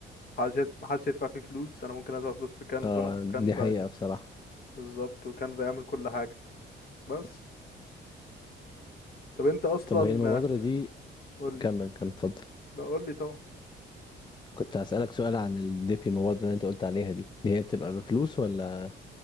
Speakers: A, on the left; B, on the left.
A: حدش يد- محدش يدفع فيه فلوس انا ممكن ادفع فلوس في كانفا
B: اه
A: وكانفا
B: دي حقيقه بصراحه
A: بالظبط وكانفا يعمل كل حاجة بس طب انت اصلا
B: طب وهي المبادرة دي
A: قول لي
B: كمل كمل اتفضل
A: لا قول لي طبعا
B: كنت هسألك سؤال عن الديبي المبادرة اللي انت قلت عليها دي دي هي بتبقى بفلوس ولا